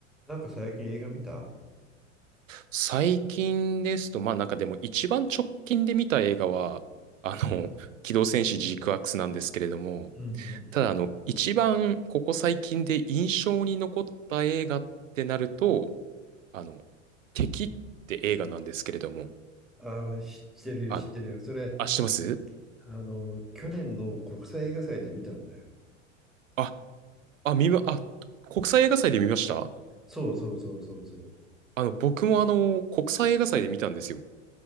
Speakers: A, in the centre; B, on the right.
A: なんか最近映画見た
B: 最近ですと、まあなんかでも一番直近で見た映画は、あの、<laughs> 機動戦士ジークアクスなんですけれども、
A: うんうん
B: ただあの、一番ここ最近で印象に残った映画ってなると、あの、敵って映画なんですけれども、
A: うん。ああ、知ってるよ、
B: あの、
A: 知ってるよ。それ、
B: あ、知ってます
A: あの、去年の国際映画祭で見たんだよ。
B: あ、あ、見ま、あ、国際映画祭で見ました
A: そうそうそうそうそう。
B: あの、僕もあの、国際映画祭で見たんですよ。